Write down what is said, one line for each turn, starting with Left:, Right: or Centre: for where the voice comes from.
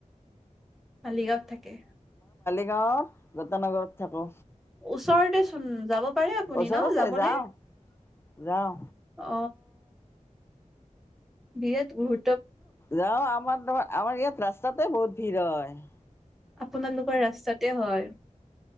Centre: মালিগাঁৱত থাকে?
Left: গাঁৱত গতানগৰত থাকো।
Centre: ওচৰতে চোন যাব পাৰে আপুনি
Left: ওচৰতে
Centre: ন। যাবনে?
Left: যাওঁ যাওঁ
Centre: অ বিৰাট গুৰু
Left: যাও আমাৰ নহয় আমাৰ ইয়াত ৰাস্তাতে বহুত ভিৰ হয়। উ।
Centre: আপোনালোকৰ ৰাস্তাতে হয়